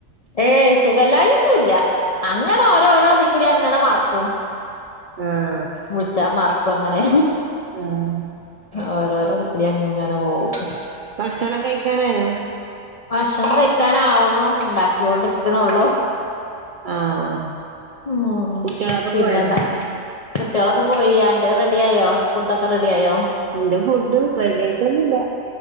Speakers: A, on the left; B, on the right.
A: ഏ സുഖലായിന്നുല്ല അങ്ങനെ ഓരോരോ അതിക്കൂടി അങ്ങനെ മറക്കും
B: ആഹ്
A: മുൾച്ചാ മർക്കും അങ്ങനെ
B: ആഹ്
A: ഓരോര അത് കൂടി അങ്ങനെ പോകവും
B: ഭക്ഷണം കഴിക്കാനായോ
A: ഭക്ഷണം കഴിക്കാന ആവണോ ഉണ്ടാക്കൊണ്ടിരിക്കണള്ളൂ
B: ആഹ്
A: ഉ
B: കുട്ടികളൊക്കെ
A: പിന്നെന്നാ
B: പോയോ
A: കുട്ടികളൊക്കെ പോയി ആന്റെ റെഡി ആയോ ഫുഡൊക്കെ റെഡിയായോ
B: എന്റെ ഫുഡ് റെഡി ആയിട്ടൊന്നുമില്ല